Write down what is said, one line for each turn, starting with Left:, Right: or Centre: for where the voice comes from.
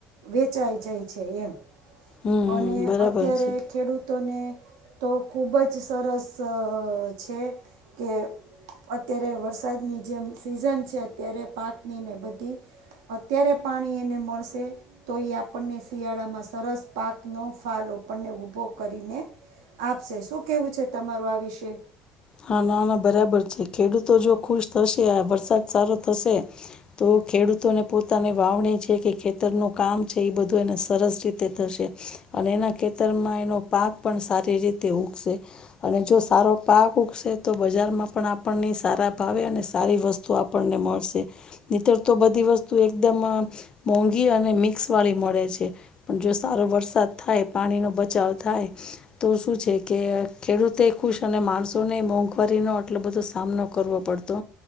Right: વેચાઈ જાય છે એમ
Left: હમ
Right: અને
Left: બરાબર
Right: અત્યારે
Left: છે
Right: ખેડૂતોને તો ખૂબજ સરસ છે કે અત્યારે વરસાદની જેમ સીઝન છે અત્યારે પાકની ને બધી અત્યારે પાણી એને મળશે. તો એ આપણને શિયાળામાં સરસ પાક ન ફળ આપણને ઉભો કરીને. આપશે શું કેવું છે તમારું આ વિશે?
Left: હા ના ના બરાબર છે ખેડૂતો જો ખુશ થશે આ વરસાદ સારો થશે. તો ખેડૂતોને પોતાની વાવણી છે કે ખેતરનું કામ છે એ બધું એને સરસ રીતે થશે. અને એના ખેતરમાં એનો પાક પણ સારી રીતે ઉગશે. અને જો સારો પાક તો બજારમાં પણ આપણને સારા ભાવે અને સારી વસ્તુ આપણને મળશે. નીતર તો બધી વસ્તુ એકદમ મોંઘી અને મિક્સ વાળી મળે છે. પણ જો સારો વરસાદ થાય પાણીનો બચાવ થાય તો શું છે કે ખેડૂતે ખુશ અને માણસો અને મોંઘવારીનો આટલો બધો સામનો કરવો પડતો